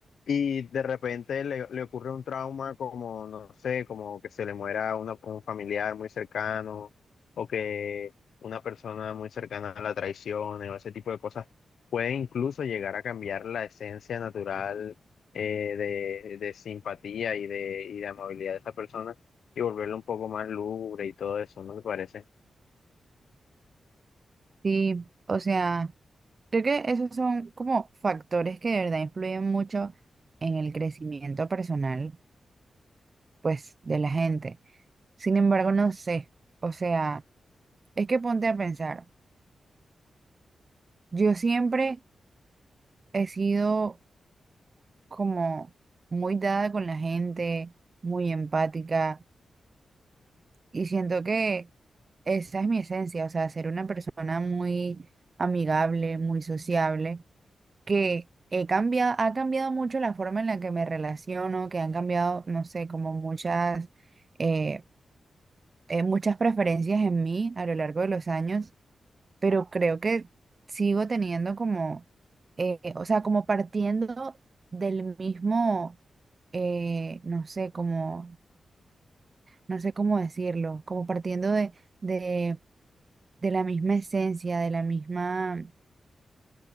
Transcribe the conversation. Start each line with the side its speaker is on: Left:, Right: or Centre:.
Left: Y de repente le, le ocurre un trauma como, no sé, como que se le muera una- un familiar muy cercano o que una persona muy cercana a la traición eh, o ese tipo de cosas, puede incluso llegar a cambiar la esencia natural eh, de, de simpatía y de, y de amabilidad de esa persona y volverlo un poco más lúgubre y todo eso, ¿no te parece?
Right: sí, o sea, creo que esos son como factores que de verdad influyen mucho en el crecimiento personal, pues, de la gente. Sin embargo, no sé. O sea, es que ponte a pensar. Yo siempre he sido como muy dada con la gente, muy empática, y siento que esa es mi esencia, o sea, ser una persona muy amigable, muy sociable, que he cambiado, ha cambiado mucho la forma en la que me relaciono, que han cambiado, no sé, como muchas, eh, eh, muchas preferencias en mí a lo largo de los años. pero creo que sigo teniendo como, eh, o sea, como partiendo del mismo, eh, no sé, como, no sé cómo decirlo, como partiendo de, de, de la misma esencia, de la misma,